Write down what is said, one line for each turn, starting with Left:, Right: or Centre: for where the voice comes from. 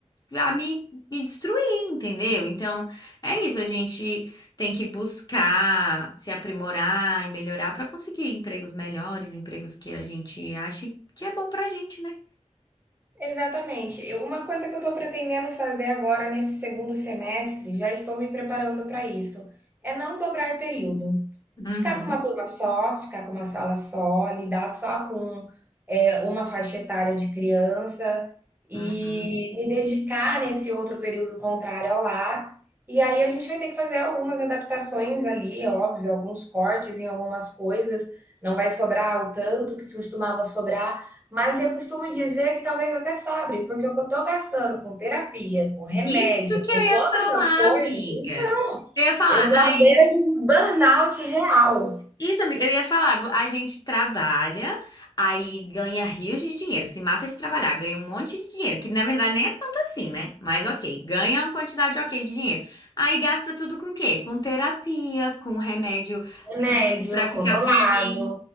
Left: vá me, me destruir, entendeu? Então, é isso, a gente tem que buscar se aprimorar e melhorar para conseguir empregos melhores, empregos que a gente ache que é bom pra gente, né?
Right: Exatamente. Eu- Uma coisa que eu estou pretendendo fazer agora nesse segundo semestre, já estou me preparando para isso, é não dobrar período.
Left: Uhum,
Right: Ficar com uma turma só, ficar com uma sala só, lidar só com é, uma faixa etária de criança e
Left: uhum.
Right: me dedicar nesse outro período contrário ao lar. E aí a gente vai ter que fazer algumas adaptações ali, óbvio, alguns cortes em algumas coisas. Não vai sobrar o tanto que costumava sobrar mas eu costumo dizer que talvez até sobre, porque o que eu estou gastando com terapia, com remédio,
Left: Isso que
Right: com
Left: eu ia
Right: todas
Left: falar,
Right: as coisas,
Left: amiga.
Right: então,
Left: Eu ia falar,
Right: eu estou
Left: aí,
Right: à beira de um burnout real.
Left: isso, amiga, eu ia falar, vo- a gente trabalha, aí ganha rios de dinheiro, se mata de trabalhar, ganha um monte de dinheiro, que na verdade nem é tanto assim, né? Mas ok, ganha uma quantidade ok de dinheiro. Aí gasta tudo com o quê? Com terapia, com remédio
Right: Remédio
Left: pra ficar
Right: controlado,
Left: bem,